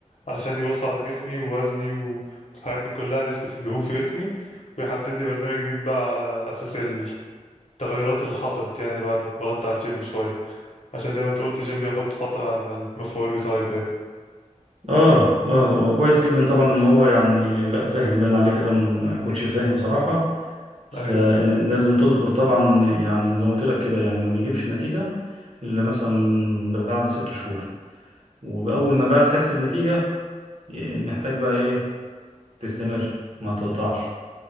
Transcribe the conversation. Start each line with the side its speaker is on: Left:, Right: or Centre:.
Left: علشان يبص على جسمي ووزني والحاجات دي كلها نسبة الدهون في جسمي ويحدد لي برنامج جديد بقى على أساس التغيرات اللي حصلت يعني بعد ما اتمرنت على الجيم شوية عشان زي ما انت قلت الجيم بياخد فترة على ما المفعول بتاعه يبان
Right: اه اه هو كويس جدا طبعا ان هو يعني لا فاهم باين عليه كده م- كوتش فاهم صراحة فلازم
Left: أيوه
Right: تصبر طبعا يعني زي ما قلت لك كده يعني ما بيجيبش نتيجة الا مثلا بعد ست شهور وبأول ما بقى تحس بنتيجة محتاج بقى ايه تستمر ما تقطعش